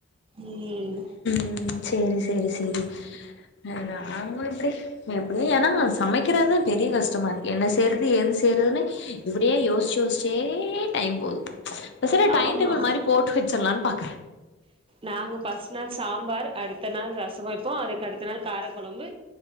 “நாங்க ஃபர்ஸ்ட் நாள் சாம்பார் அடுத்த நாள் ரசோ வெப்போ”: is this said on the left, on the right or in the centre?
Right